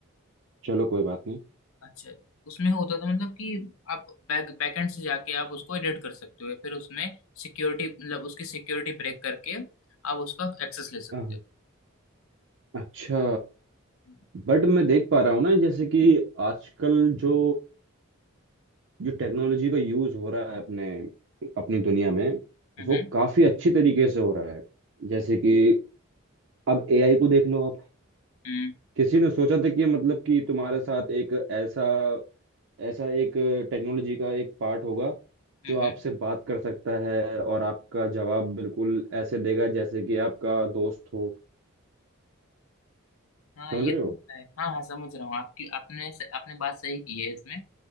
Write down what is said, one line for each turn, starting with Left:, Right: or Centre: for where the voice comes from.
Right: चलो कोई बात नहीं
Left: अच्छा उसमें होता था मतलब कि आप बैक बैकएंड से जाके आप उसको एडिट कर सकते हो या फिर उसमें सिक्योरिटी मतलब उसकी सिक्योरिटी ब्रेक करके आप उसका एक्सेस ले सकते
Right: हाँ, हाँ।
Left: हो
Right: अच्छा
Left: हम्म
Right: बट मैं देख पा रहा हूँ ना जैसे कि आजकल जो जो टेक्नोलॉजी का यूज हो रहा है अपने अपनी दुनिया में
Left: हम्म
Right: वो काफी अच्छी तरीके से हो रहा है जैसे कि अब एआई को देख लो आप
Left: हम्म
Right: किसी ने सोचा था कि मतलब कि तुम्हारे साथ एक ऐसा ऐसा एक टेक्नोलॉजी का एक पार्ट होगा
Left: हम्म।
Right: जो आपसे
Left: हम्म।
Right: बात कर सकता है और आपका जवाब बिल्कुल ऐसे देगा जैसे कि आपका दोस्त हो
Left: हाँ
Right: समझ
Left: ये
Right: रहे
Left: तो
Right: हो
Left: होता है हाँ हाँ समझ रहा हूँ आपकी आपने आपने बात सही की है इसमें